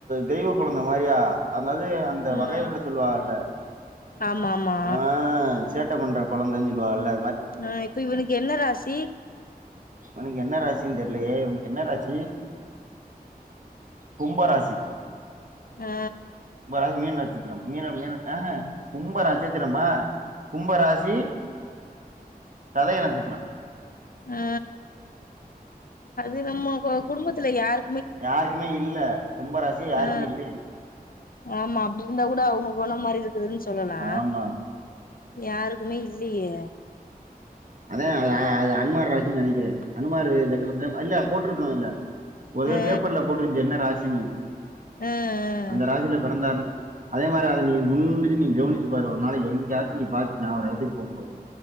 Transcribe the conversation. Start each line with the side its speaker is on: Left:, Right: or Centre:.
Right: தெய்வக்குழந்த மாரியா அது மாரி அந்த
Left: ம்
Right: வகையற சொல்லுவாகல்ல
Left: ஆமா ஆமா
Right: ஆ சேட்ட பண்ற கொழந்தைன்னு சொல்லுவாகல்ல
Left: ஆ இப்ப இவனுக்கு என்ன ராசி
Right: இவனுக்கு என்ன ராசின்னு தெர்லயே இவனுக்கு என்ன ராசி கும்ப ராசி
Left: ஆ
Right: கும்ப ராசி மீன ந ட்சித்திரம் மீன மீன ஆஹா கும்ப நட்சத்திரம்மா கும்ப ராசி சதய நட்சத்திரோ
Left: ஆ அது நம்மோ கொ குடும்பத்துல யாரு
Right: யாருக்குமே இல்ல கும்ப ராசி யாருக்குமே
Left: ஆ
Right: இல்லயே
Left: ஆமா அப்டி இருந்தா கூட அவங்க கொணோ மாரி இருக்குதுன்னு சொல்லலா
Right: ஆமா
Left: யாருக்குமே இல்லியே
Right: அதா அது ஆ அது அன்மார் ராசின்னு நெனைக்கிறே அனுமாரு இந்த கிழ இந்த இல்ல போட்ருக்கு அதுல ஒரு
Left: ஆ
Right: பேப்பர்ல போட்ருந்துச்சு என்ன ராசின்னு
Left: ஆ ஆ
Right: அந்த ராசில பிறந்தாருன்னு அதே மார அத நீ உன்னிச்சு நீ கவுனிச்சு பாரு ஒரு நாளைக்கி எங்கயாச்சு நீ பாத்தயினா ஒரு எடத்துக்கு போம்போது